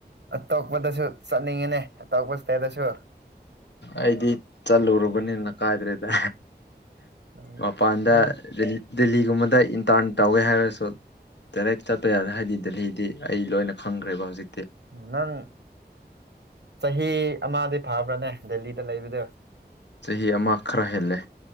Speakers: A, on the right (about 80°); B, on the left (about 80°).
A: ꯑꯇꯣꯞꯄꯗꯁꯨ ꯆꯠꯅꯤꯡꯉꯤꯅꯦ ꯑꯇꯧꯞꯕ ꯏꯁꯇꯦꯗꯁꯨ꯫
B: ꯑꯩꯗꯤ ꯆꯠꯂꯨꯔꯕꯅꯤꯅ ꯀꯥꯏꯗ꯭ꯔꯦꯗ꯫
A: ꯅꯪ
B: ꯃꯄꯥꯟꯗ ꯗꯦꯜ ꯗꯦꯜꯂꯤꯒꯨꯝꯕꯗ ꯏꯟꯇꯔꯟ ꯇꯧꯋꯦ ꯍꯥꯏꯔꯁꯨ꯫ ꯗꯥꯏꯔꯦꯛ ꯆꯠꯄ ꯌꯥꯔꯦ ꯍꯥꯏꯗꯤ ꯗꯦꯂꯤꯗꯤ ꯑꯩ ꯂꯣꯏꯅ ꯈꯪꯈ꯭ꯔꯦꯕ ꯍꯧꯖꯤꯛꯇꯤ꯫
A: ꯅꯪ ꯆꯍꯤ ꯑꯃꯗꯤ ꯐꯕ꯭ꯔꯥꯅꯦ ꯗꯦꯜꯂꯤꯗ ꯂꯩꯕꯗꯨ?
B: ꯆꯍꯤ ꯑꯃ ꯈꯔ ꯍꯦꯜꯂꯦ꯫